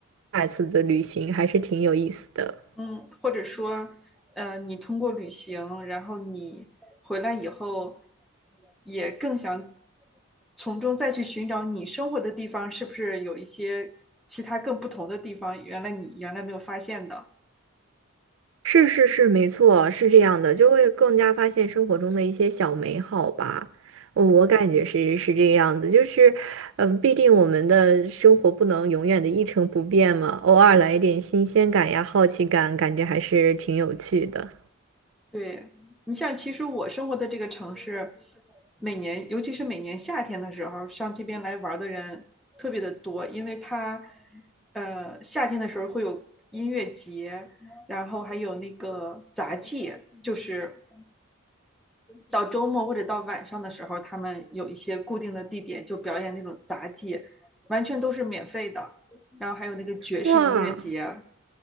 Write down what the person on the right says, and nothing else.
下一次的旅行，还是挺有意思的。
是是是，没错，是这样的，就会更加发现生活中的一些小美好吧。我我感觉是是这个样子，就是，嗯，毕竟我们的生活不能永远的一成不变嘛，偶尔来一点新鲜感呀、好奇感，感觉还是挺有趣的。
哇，